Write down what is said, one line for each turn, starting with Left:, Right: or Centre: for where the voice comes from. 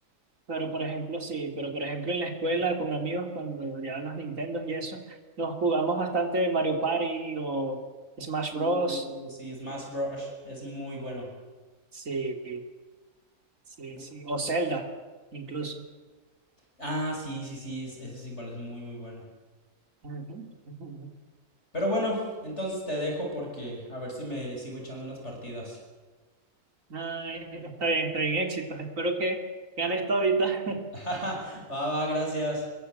Right: pero por ejemplo, sí, pero por ejemplo en la escuela con amigos cuando llevaban los Nintendos y eso, nos jugamos bastante Mario Party o Smash
Left: Uh,
Right: Bros.
Left: sí, Smash Bros es muy bueno.
Right: Sí, sí,
Left: Bu-
Right: sí, o Zelda incluso.
Left: Ah, sí, sí, sí, es- ese es igual, es muy, muy bueno.
Right: Ujú, ujú.
Left: Pero bueno, entonces te dejo porque a ver si me sigo echando unas partidas.
Right: Ay, está bien, está bien, éxitos. Espero que ganes todita.
Left: <laughs> Va, va, gracias.